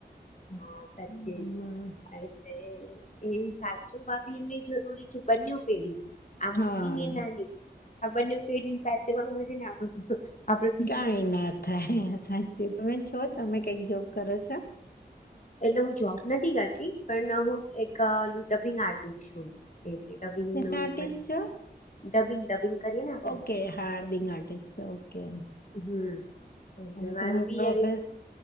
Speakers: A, on the left; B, on the left.
A: હા
B: આમાં
A: સચિન આ એટલે એ. એ સાચો ભભી એમને જરૂરી છે બંને પેઢીને આ
B: હા
A: મોટી ને નાની. આ બંનેયુ પેઢીને સાચું આવે છે ને આપડું આપડે
B: કાઈ ના થાય સાચું તમે છો તમે કઈક જોબ કરો છો.
A: એટલે હું જોબ નથી કરતી પણ હું એક ડબિંગ આર્ટિસ્ટ છું. એટલે ડબિંગનો
B: શેના આર્ટિસ્ટ
A: એ બધા.
B: છો
A: ડબિંગ ડબિંગ કરીએ ને આપણે
B: ઓકે હા ડબિંગ આર્ટિસ્ટ ઓકે.
A: હમ એટલે
B: તમે
A: મારું બી
B: પ્રોઓફે
A: આવી